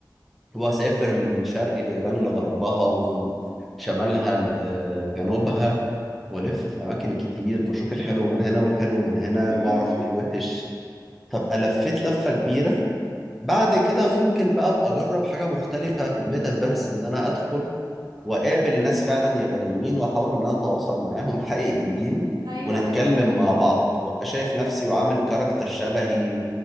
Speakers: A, in the centre; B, on the right (about 75°).
A: هو سافر من شرق اليابان لغربها ومن شمالها لجنوبها والف في اماكن كتير واشوف الحلو من هنا والحلو من هنا
B: <laughs>
A: واعرف ايه الوحش فابقى لفيت لفه كبيره بعد كده ممكن بقى ابقى اجرب حاجه مختلفه في الميتافيرس ان انا ادخل واقابل ناس فعلا يابانيين واحاول ان انا اتواصل معاهم حقيقيين
B: ايوه
A: ونتكلم
B: ايوه
A: مع بعض وابقى شايف نفسي وعامل كاركتر شبهي